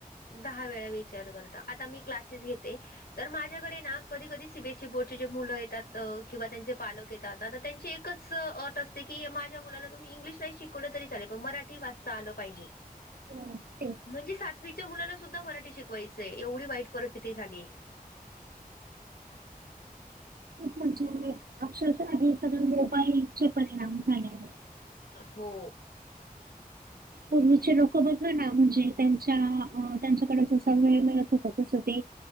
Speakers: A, on the left; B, on the right.
A: दहा वेळा विचार करतात. आता मी क्लासेस घेते तर माझ्याकडे ना कधी कधी सी बी एस ई बोर्डचे जे मुलं येतात किंवा त्यांचे पालक येतात आता तर त्यांची एकच अट असते कि माझ्या मुलाला तुम्ही इंग्लिश नाही शिक कवल तरी चालेल पण मराठी वाचता आलं पाहिजे.
B: हो तेच
A: म्हणजे सात वीच्या मुलांनासुद्धा मराठी शिकवायचंय एवढी वाईट परिस्थिती झाली आहे.
B: खूप म्हणजे अक्षर हे सगळ मोबाईलचे परिणाम झाले आहे.
A: हो.
B: पूर्वीचे लोक बघाना म्हणजे त्यांच्या त्यांच्याकडे जसा वेळ मिळत होता तस ते